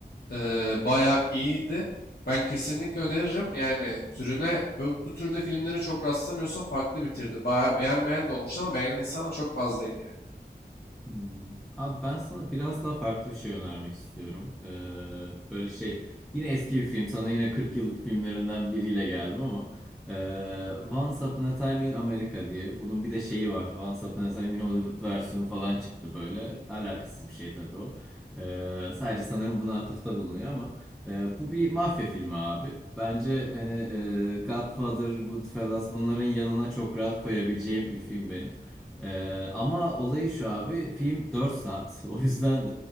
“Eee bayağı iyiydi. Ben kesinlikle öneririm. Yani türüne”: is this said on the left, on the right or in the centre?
Left